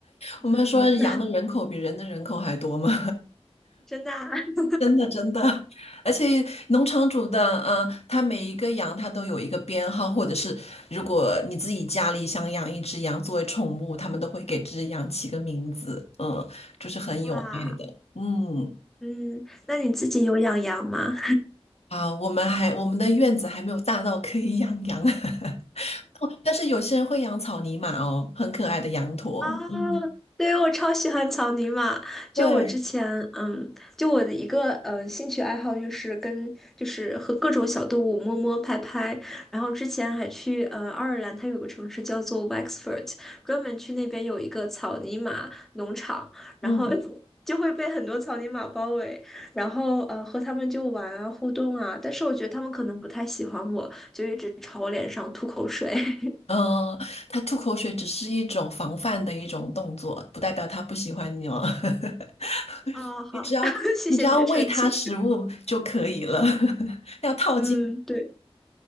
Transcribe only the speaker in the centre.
嗯，
真的啊 <laughs>
哇，
嗯，那你自己有养羊吗？
啊，
对，我超喜欢草泥马。就我之前，
嗯，就我的一个呃兴趣爱好就是跟就是和各种小动物摸摸拍拍。然后之前还去呃爱尔兰，它有个城市叫做 Wexford，专门去那边有一个草泥马农场，然后
<laughs> 就会被很多草泥马包围，然后呃和他们就玩啊互动啊。但是我觉得他们可能不太喜欢我，就一直朝我脸上吐口水。<laughs>
哦，好，
<laughs> 谢谢你的澄清。
嗯，对，